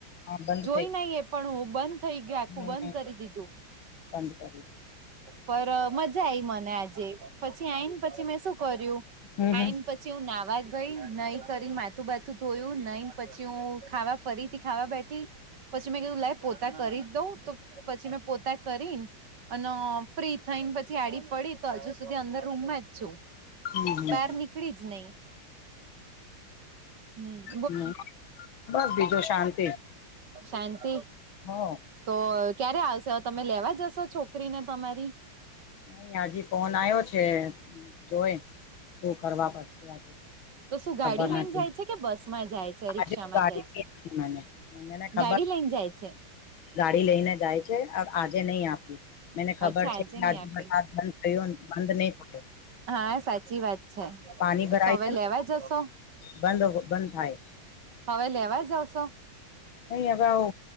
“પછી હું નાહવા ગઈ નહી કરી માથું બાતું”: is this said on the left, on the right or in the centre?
Right